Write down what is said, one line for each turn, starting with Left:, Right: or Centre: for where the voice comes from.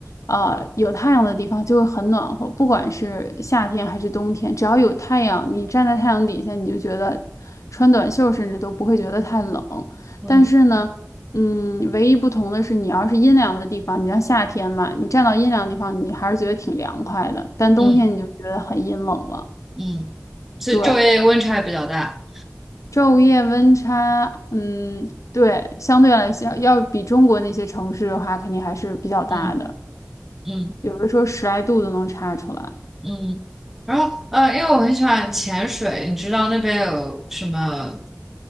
Left: 呃，有太阳的地方就会很暖和，不管是夏天还是冬天，只要有太阳，你站在太阳底下，你就觉得穿短袖甚至都不会觉得太冷。
Centre: 嗯
Left: 但是呢，嗯，唯一不同的是，你要是阴凉的地方，你像夏天嘛，你站到阴凉的地方，你还是觉得挺凉快的，但冬天你就觉得很阴冷了。
Centre: 嗯嗯，是昼夜温差比较大。
Left: 对，昼夜温差，嗯，对，相对来讲，要比中国那些城市的话，肯定还是比较大的，
Centre: 嗯嗯
Left: 有的时候十来度都能差出来。
Centre: 嗯。然后呃，因为我很喜欢潜水，你知道那边有什么